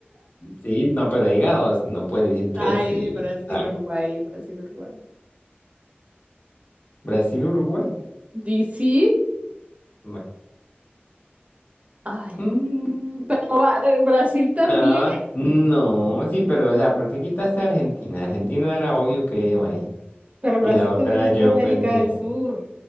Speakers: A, on the left (about 50°); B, on the right (about 30°).
A: Sí, no, pero diga dos. No puedes decir tres
B: Ay,
A: y
B: Brasil,
A: sal.
B: Uruguay, Brasil, Uruguay.
A: Brasil, Uruguay.
B: ¿Y sí?
A: Bueno.
B: Ay,
A: Mm,
B: pero va- eh, Brasil también.
A: no, no. Sí, pero, o sea, ¿por qué quitaste a Argentina? Argentina era obvio que iba ahí.
B: Pero
A: Y
B: Brasil
A: la otra
B: también es
A: yo
B: de América
A: pensé,
B: del Sur.